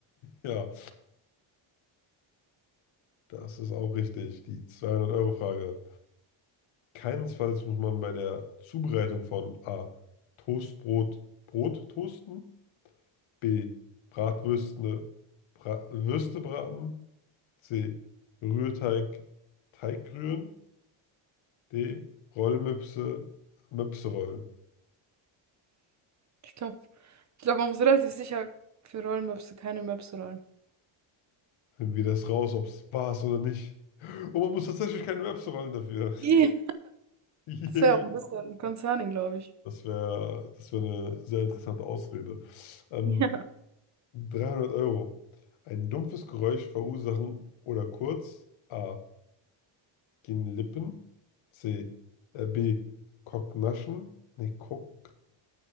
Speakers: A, on the left; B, on the right.
A: Ja, das ist auch richtig. Die 200-Euro-Frage. Keinesfalls muss man bei der Zubereitung von A. Toastbrot Brot toasten. B. Bratwürste, Bra Würste braten. C. Rührteig, Teig rühren. D. Rollmöpse, Möpse rollen.
B: Ich glaube, ich glaube, man muss relativ sicher für Rollmöpse keine Möpse rollen.
A: Finden wir das raus, ob es war oder nicht. Und man muss tatsächlich keine Möpse rollen dafür.
B: Yeah.
A: <laughs>
B: Das
A: Yay.
B: wäre auch ein bisschen concerning, glaube ich.
A: Das wäre das wär eine sehr interessante Ausrede. Ähm,
B: Ja.
A: 300 Euro. Ein dumpfes Geräusch verursachen oder kurz A. Gehen Lippen. C. Äh, B. Kocknaschen. Nee, Kock,